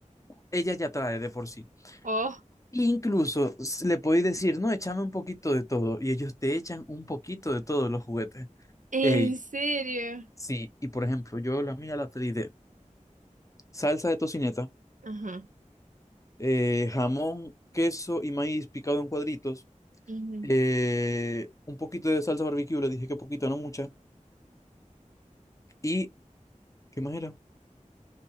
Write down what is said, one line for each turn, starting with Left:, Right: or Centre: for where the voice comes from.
Left: ella ya trae de por sí.
Right: Oh,
Left: Incluso s- le podéis decir, no, échame un poquito de todo. Y ellos te echan un poquito de todos los juguetes.
Right: ¿en
Left: Ey,
Right: serio?
Left: sí, y por ejemplo, yo la mía la pedí de salsa de tocineta,
Right: Ajá.
Left: eh, jamón, queso y maíz picado en cuadritos,
Right: Ujú.
Left: eh, un poquito de salsa barbecue, le dije que poquito, no mucha. ¿Y qué más era?